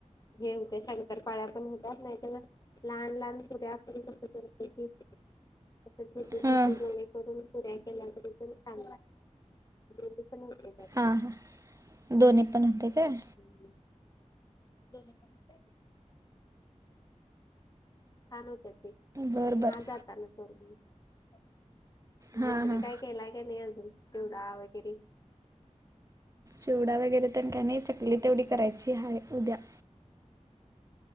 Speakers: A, on the left; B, on the right.
A: हे होते शंकर पाळ्या पण होत्यात नाही तन. लहान, लहान पुऱ्या आपण कस करतोय कि असे छोटे,
B: हां
A: छोटे गोळे. करून पुऱ्या केल्या तरी पण चांगलय दोनीपण होतंय त्यात.
B: आ हा दोन्ही पण होतय काय?
A: <inaudible> दोनी पण <unintelligible> छान होत्यात ते
B: बरं
A: म
B: बरं
A: हा जाताना करून देईल
B: हां
A: दुसरं
B: हां
A: काय. केलाय का नाही अजून चिवडा वगैरे.
B: चिवडा वगैरें तरं कांहीं नाहीं चकली तेवढी करांयची आहे उद्यां